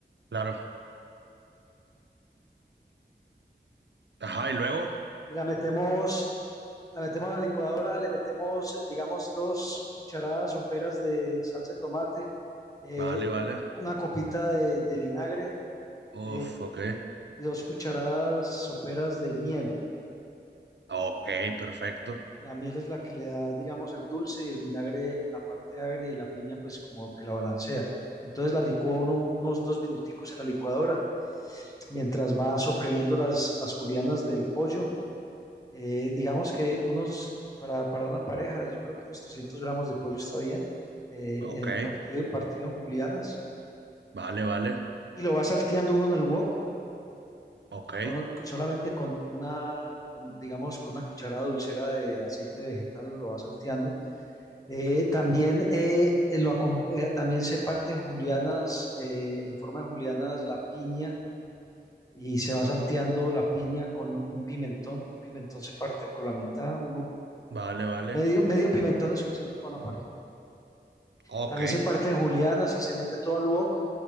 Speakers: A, on the right; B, on the left.
A: claro. Ajá, y luego,
B: y la metemos, la metemos a la licuadora, le metemos, eh, digamos, dos cucharadas soperas de salsa de tomate, eh,
A: vale, vale.
B: una copita de, de vinagre
A: Uf,
B: eh,
A: ok.
B: y dos cucharadas soperas de miel.
A: Ok, perfecto.
B: La miel es la que le da, digamos, el dulce y el vinagre, la parte agria y la piña, pues como que la balancea. Entonces la licúa uno, unos dos minuticos en la licuadora, mientras va sofriendo las, las julianas del pollo. Eh, digamos que unos, para, para una pareja, yo creo que unos 300 gramos de pollo está bien, eh,
A: Ok,
B: en partido, partido en julianas.
A: vale, vale.
B: Y lo va salteando uno en el wok,
A: Ok,
B: con- con- solamente con una, con, digamos, con una cucharada dulcera de aceite vegetal, lo va salteando Eh, también, eh, eh, lo, acom- eh, también se parte en julianas, eh, en forma de julianas, la piña y se va salteando la piña con un pimentón. pimentón se parte por la mitad, uno,
A: vale, vale.
B: medio, medio pimentón es suficiente para una pareja.
A: Ok,
B: También se parte en julianas y se mete todo al wok